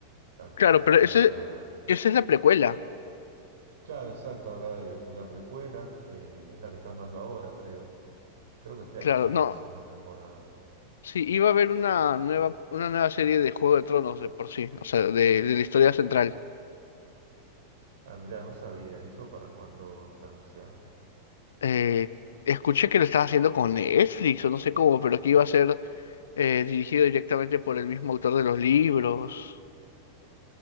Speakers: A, on the left; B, on the right.
A: claro,
B: de la familia.
A: pero ese, esa es la precuela.
B: Claro, exacto, habla de, de una precuela que es la que están dando ahora, creo. Creo que este año
A: Claro,
B: salió
A: no.
B: la segunda temporada.
A: Sí, iba a haber una nueva, una nueva serie de Juego de Tronos de por sí, o sea, de, de la historia central.
B: Ah, mira, no sabía, ¿y eso para cuándo está anunciado?
A: Eh, escuché que lo estaba haciendo con Netflix o no sé cómo, pero que iba a ser eh, dirigido directamente por el mismo autor de los libros.